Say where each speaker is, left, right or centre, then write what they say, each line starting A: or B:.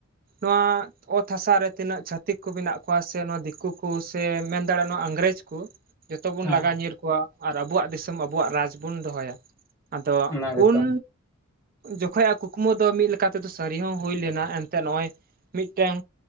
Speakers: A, on the right; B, on the left.
A: ᱱᱚᱣᱟ ᱚᱛ ᱦᱟᱥᱟ ᱨᱮ ᱛᱤᱱᱟᱹᱜ ᱪᱷᱟᱹᱛᱤᱠ ᱠᱚ ᱢᱮᱱᱟᱜ ᱠᱚᱣᱟ ᱥᱮ, ᱱᱚᱣᱟ ᱫᱤᱠᱩ ᱠᱚ ᱥᱮ, ᱢᱮᱱ ᱫᱟᱲᱮᱭᱟᱜᱼᱟ ᱱᱚᱣᱟ ᱤᱝᱨᱮᱡᱽ ᱠᱚ᱾ ᱡᱚᱛᱚ ᱵᱩᱱ
B: ᱦᱮᱸ
A: ᱞᱟᱜᱟ ᱧᱤᱨ ᱠᱚᱣᱟ, ᱟᱨ ᱟᱵᱚᱣᱟᱜ ᱫᱤᱥᱚᱢ ᱟᱵᱚᱣᱟᱜ ᱨᱟᱡᱽ ᱵᱚᱱ ᱫᱚᱦᱚᱭᱟ᱾ ᱟᱫᱚ
B: ᱚᱱᱟ ᱜᱮᱛᱚ
A: ᱩᱱ ᱡᱚᱠᱷ ᱟᱡᱟᱜ ᱠᱩᱠᱢᱩ ᱫᱚ ᱢᱤᱫ ᱞᱮᱠᱟ ᱱᱤᱛᱚᱜ ᱫᱚ ᱥᱟᱹᱨᱤᱭᱟᱜ ᱦᱚᱸ ᱦᱩᱭ ᱞᱮᱱᱟ, ᱮᱱᱛᱮᱫ ᱱᱚᱜᱼᱭ ᱢᱤᱫᱴᱮᱱ